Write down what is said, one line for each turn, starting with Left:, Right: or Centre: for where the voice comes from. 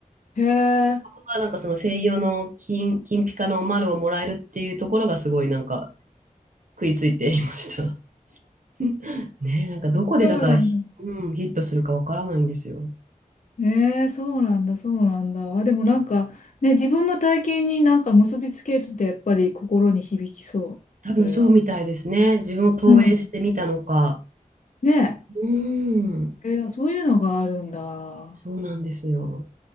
Left: へえ、
Right: はなんかその西洋の金、金ピカの丸をもらえるっていうところがすごいなんか食いついていました。<laughs> ねえ、なんかどこでだからヒ、
Left: そうなんだ。
Right: うん、ヒットするかわからないんですよ。
Left: ええそうなんだ、そうなんだ。あ、でもなんか、ね、自分の体験になんか結びつけるってやっぱり心に響きそう。
Right: 多分そうみたいですね。
Left: それは。
Right: 自分を投影してみたのか。
Left: うん。ね
Right: うーん、
Left: え、えーそういうのがあるんだ。
Right: そうなんですよ。